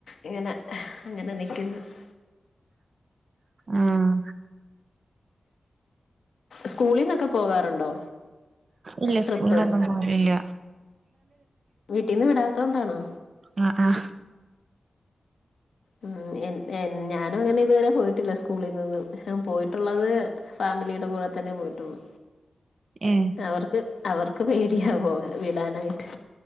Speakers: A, on the left (about 65°); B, on the right (about 45°).
A: ഇങ്ങനെ അങ്ങനെ നിക്കുന്നു <inaudible>
B: ആഹ്
A: സ്കൂളിൽന്നൊക്കെ പോകാറുണ്ടോ
B: ഇല്ല
A: ട്രിപ്പ്
B: സ്കൂൾണ്ടവുമ്പോ പോവലില്ല
A: വീട്ടിന് വിടാത്തതൊണ്ടണോ
B: അഹ് ആഹ്
A: ഉംഎന് എന് ഞാനും അങ്ങനെ ഇതുവരെ പോയിട്ടില്ല സ്കൂളിൽ നിന്നും പോയിട്ടുള്ളത് ഫാമിലിയുടെ കൂടെ തന്നെ പോയിട്ടുള്ളു
B: ഏഹ്
A: അവർക്ക് അവർക്ക് പേടിയാ പോവാൻ വിടാനായിട്ട്